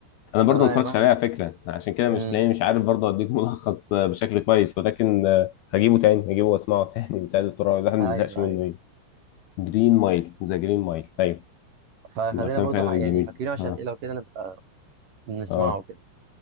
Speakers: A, on the left; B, on the right.
A: انا برضو
B: فلا
A: ما اتفرجتش
B: يعني واحد
A: عليه على فكره عشان كده مش
B: امم
A: تلاقيني مش عارف برضو اديك <laughs> ملخص آه، بشكل كويس ولكن آه، هجيبه تاني هجيبه واسمعه <laughs> تاني وتالت ورابع الواحد ما
B: ايوه
A: بيزهقش منه
B: ايوه
A: ايه جرين مايل ذا جرين مايل ايوه
B: فخلينا
A: من الافلام
B: برضو
A: فعلا
B: ح- يعني
A: الجميله
B: فاكرينه عشان
A: اه
B: ايه لو كده نبقى نسمعه
A: اه
B: كده